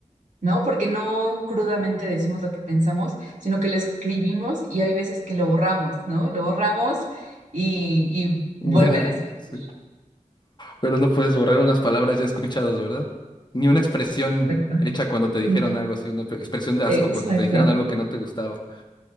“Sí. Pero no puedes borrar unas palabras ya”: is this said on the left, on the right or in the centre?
Left